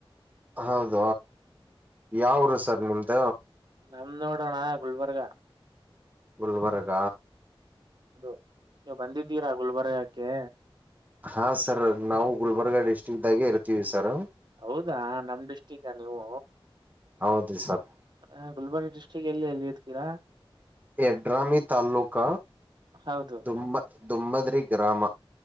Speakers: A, on the right (about 15°); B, on the right (about 50°).
A: ಹೌದ ಯಾವರು ಸರ್ ನಿಮ್ದ
B: ನಮ ನೋಡೋಣ ಗುಲ್ಬರ್ಗ
A: ಗಲ್ಬಾರ್ಗ
B: ಅದು ನೀವು ಬಂದಿದ್ದೀರಾ ಗುಲ್ಬರ ಯಾಕೆ
A: ಹಾ ಸರ್ ನಾವು ಗುಲ್ಬರ್ಗ ಡಿಸ್ಟ್ರಿಕ್ದಾಗೆ ಇರ್ತೀವಿ ಸಾರು
B: ಹೌದಾ ನಮ್ ಡಿಸ್ಟಿಕ ನೀವು
A: ಹೌದು ಸರ್
B: ಹಾ ಗುಲ್ಬರ್ಗಿ ಡಿಸ್ಟ್ರಿಕ್ ಎಲ್ಲಿ ಎಲ್ಲಿ ಇರ್ತೀರಾ
A: ಎಡ್ರಾಮಿ ತಲ್ಲೂಕ
B: ಹೌದು
A: ದುಮ್ಮ ದುಮ್ಮದ್ರಿ ಗ್ರಾಮ